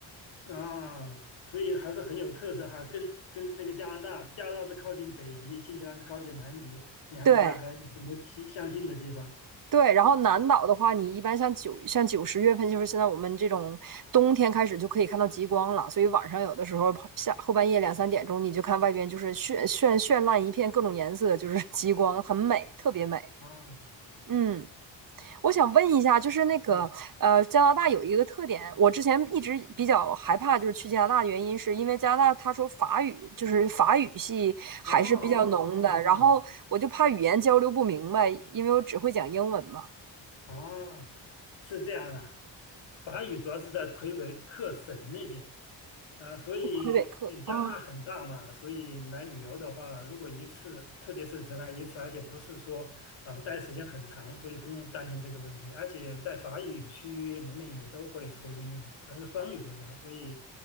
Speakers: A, on the left; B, on the right.
A: 啊，所以还是很有特色哈。跟跟那个加拿大，加拿大是靠近北极，新西兰是靠近南极，两个国家还有很多相相近的地方。
B: 对。对，然后南岛的话，你一般像九像九十月份，就是现在我们这种冬天开始就可以看到极光了，所以晚上有的时候下后半夜两三点钟，你就看外边就是绚绚绚烂一片，各种颜色，就是 <laughs> 极光，很美，特别美。
A: 啊
B: 嗯，我想问一下，就是那个呃，
A: 啊，
B: 加拿大有一个特点，我之前一直比较害怕，就是去加拿大的原因，是因为加拿大他说法语，就是法语系还是比较浓的，
A: 哦哦哦哦哦。
B: 然后我就怕语言交流不明白，因为我只会讲英文嘛。
A: 哦，是这样的，法语主要是在魁北克省那边，呃，所以对加拿大很大嘛，
B: 魁北克，嗯，
A: 所以来旅游的话，如果一次，特别是只来一次，而且不是说啊、待时间很长，所以不用担心这个问题。而且在法语区人们也都会说英语，它是双语国家，所以